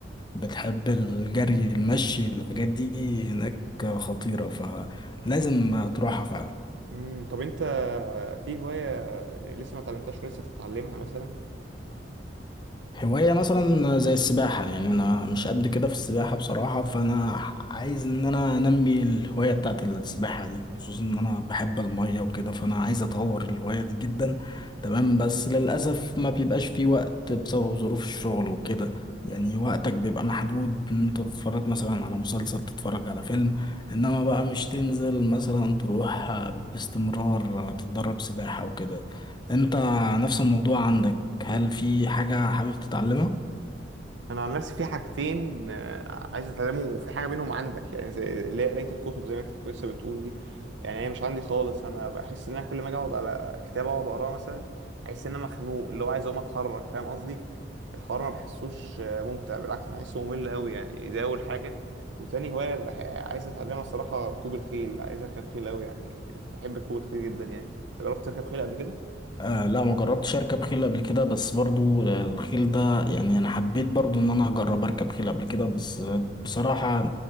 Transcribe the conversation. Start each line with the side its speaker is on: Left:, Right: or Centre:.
Left: بتحب الجري المشي الحاجات دي هناك خطيرة فلازم تروحها فعلا
Right: امم طب انت في هواية لسه ما اتعلمتهاش ولسه بتتعلمها مثلا؟
Left: هواية مثلا زي السباحة يعني أنا مش قد كده في السباحة بصراحة فأنا عايز إن أنا أنمي الهواية بتاعت السباحة دي خصوصا إن أنا بحب المية وكده فأنا عايز أطور الهواية دي جدا تمام بس للأسف ما بيبقاش في وقت بسبب ظروف الشغل وكده يعني وقتك بيبقى محدود إن أنت تتفرج مثلا على مسلسل تتفرج على فيلم إنما بقى مش تنزل مثلا تروح باستمرار تتدرب سباحة وكده أنت نفس الموضوع عندك هل في حاجة حابب تتعلمها؟
Right: انا عن نفسي في حاجتين آه، عايز اتعلمه وفي حاجه منهم عندك يعني زي اللي هي قرايه الكتب زي ما انت كنت لسه بتقول دي يعني هي مش عندي خالص انا بحس ان انا كل ما اجي اقعد على كتاب اقعد اقراه مثلا احس ان انا مخنوق اللي هو عايز اقوم اتحرك فاهم قصدي الحوار ما بحسوش آه، ممتع بالعكس بحسه ممل قوي يعني ده اول حاجه وتاني هوايه بح- عايز اتعلمها الصراحه ركوب الخيل عايز اركب خيل قوي يعني بحب ركوب الخيل جدا يعني انت جربت تركب خيل قبل
Left: آه لا ما جربتش اركب خيل قبل كده بس برضو الخيل ده يعني انا حبيت برضو ان انا اجرب اركب خيل قبل كده بس بصراحة